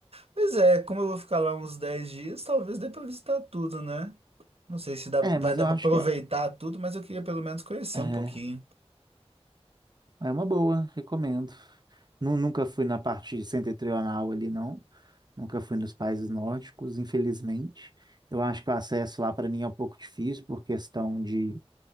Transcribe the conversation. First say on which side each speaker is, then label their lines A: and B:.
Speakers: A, on the right; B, on the right.
A: Pois é, como eu vou ficar lá uns 10 dias, talvez dê pra visitar tudo, né? Não sei se dá,
B: É,
A: vai
B: mas
A: dar
B: eu
A: pra
B: acho
A: aproveitar
B: que é.
A: tudo, mas eu queria pelo menos conhecer
B: é.
A: um pouquinho.
B: É uma boa, recomendo. Nu- Nunca fui na parte setentrional ali, não. Nunca fui nos países nórdicos, infelizmente. Eu acho que o acesso lá para mim é um pouco difícil por questão de,